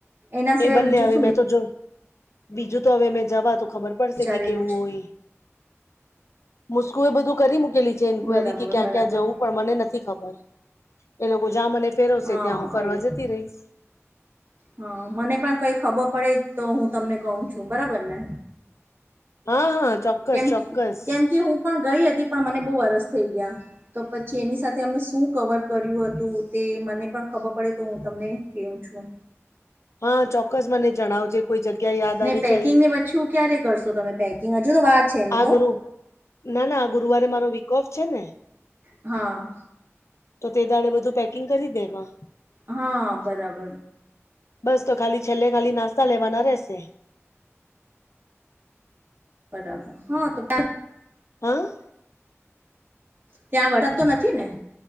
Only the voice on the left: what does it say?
એ બંને
હવે
મેં તો જો બીજું તો હવે મેં જવા તો ખબર પડશે
કે કેવું
હોય. મુસ્કુ એ બધું કરી મૂકેલી છે એન્ક્વાયરી
કે ક્યાં
ક્યાં જવું. પણ મને નથી ખબર એ લોકો જ્યાં મને. ફેરવશે
ત્યાં હું ફરવા
જતી રહીશ
હા હા ચોક્કસ
ચોક્કસ.
હા ચોક્કસ મને જણાવજે. કોઈ જગ્યા યાદ
આવી
જાય
આ
ગુરુ ના ના ગુરુવારે મારો વિક ઓફ છે ને.
તો તે દાડે બધું પેકિંગ કરી દેવા.
બસ તો ખાલી છેલ્લે ખાલી નાસ્તા લેવાના રહેશે.
હમ્મ.